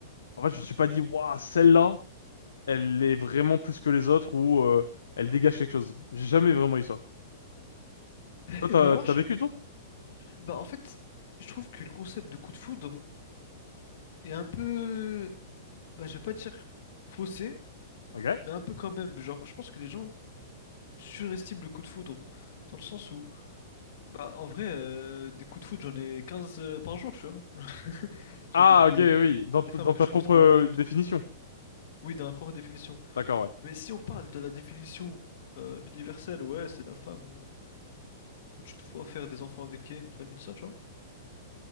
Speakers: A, on the left; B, on the left.
A: En fait, je me suis pas dit, waouh, celle-là, elle est vraiment plus que les autres ou euh, elle dégage quelque chose. J'ai jamais vraiment eu ça. Toi,
B: Et
A: t'as
B: ben moi,
A: t'as
B: je-
A: vécu toi?
B: bah en fait, je trouve que le concept de coup de foudre est un peu, bah je vais pas dire faussé,
A: Ok.
B: mais un peu quand même. Genre, je pense que les gens surestiment le coup de foudre, dans le sens où, bah en vrai, euh, des coups de foudre, j'en ai 15 euh, par jour, tu vois. Genre
A: Ah,
B: des, des-
A: ok, oui. Dans t-
B: des femmes
A: dans
B: que
A: ta
B: je
A: propre
B: trouve trop
A: euh,
B: belles et
A: définition.
B: tout. Oui, dans la propre définition.
A: D'accord, ouais.
B: Mais si on parle de la définition euh, universelle, ouais, c'est la femme où, où tu te vois faire des enfants avec elle, une famille, tout ça, tu vois.